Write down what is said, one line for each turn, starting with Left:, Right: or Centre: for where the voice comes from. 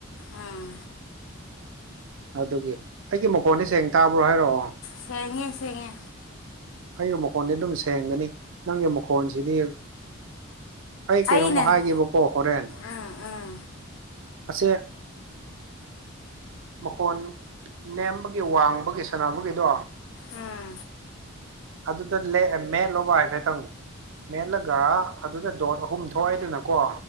Left: ꯎꯝ
Right: ꯑꯗꯨꯒꯤ ꯑꯩꯒꯤ ꯃꯈꯣꯟꯁ ꯁꯦꯡ ꯇꯥꯕ꯭ꯔꯣ ꯍꯥꯏꯔꯛꯑꯣ
Left: ꯁꯤꯉ ꯁꯤꯉ
Right: ꯑꯩꯒꯤ ꯃꯈꯣꯟꯗꯤ ꯑꯗꯨꯝ ꯁꯦꯡꯒꯅꯤ ꯅꯪꯒꯤ ꯃꯈꯣꯟꯁꯤꯗꯤ ꯑꯩ ꯀꯩꯅꯣꯝꯃ
Left: ꯑꯩꯅ
Right: ꯍꯥꯏꯕꯀꯣ ꯍꯣꯔꯦꯟ
Left: ꯎꯝ ꯎꯝ
Right: ꯑꯁꯦ ꯃꯈꯣꯟ ꯅꯦꯝꯕꯒꯤ ꯋꯥꯡꯕꯒꯤ ꯁꯥꯟꯅꯕꯒꯤꯗꯣ
Left: ꯎꯝ
Right: ꯑꯗꯨꯗ ꯃꯦꯟꯂꯣꯕ ꯍꯥꯏꯐꯦꯠꯇꯪꯅꯣ ꯃꯦꯠꯂꯒ ꯑꯗꯨꯗ ꯗꯣꯠ ꯑꯍꯨꯝ ꯊꯣꯛꯑꯏꯗꯅꯀꯣ